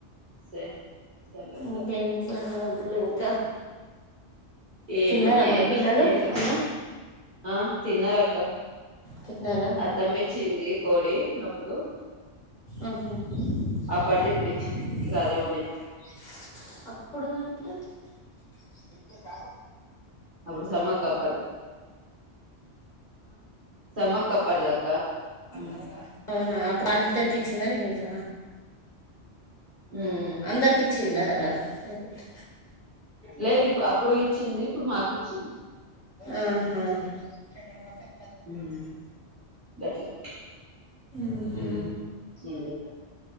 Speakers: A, on the right (about 45°); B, on the left (about 40°).
A: సరే సరే అక్క
B: ఓకే ఏం సంగతులు ఇంకా
A: ఏమున్నాయి
B: తిన్నారా మరి
A: అక్క
B: పిల్లలు
A: ఏం లెవ్
B: అన్నం
A: ఆ తిన్నారక్క
B: తిన్నారా
A: అత్తమిచ్చింది కోడి అప్పుడు
B: ఆహ <unintelligible>
A: అప్పటిది ఇప్పుడు ఇచ్చింది ఇక అదే వండిన
B: అప్పుడుదంటే <unintelligible>
A: అప్పుడు సమ్మక్క అప్పటిది సమ్మక్క అప్పటిది అక్క ఉమ్
B: అహా అవునా ఇప్పుడు అళ్ళీద్దరికి ఇచ్చిందని నీక
A: ఉమ్
B: అందరికి ఇచ్చింద <unintelligible>
A: లేదు ఇప్ అప్పుడే ఇచ్చింది ఇప్పుడు మాకీచ్చింది
B: అహా అంతేనా
A: ఉమ్ గట్లా
B: ఉహు
A: ఉమ్ <unintelligible>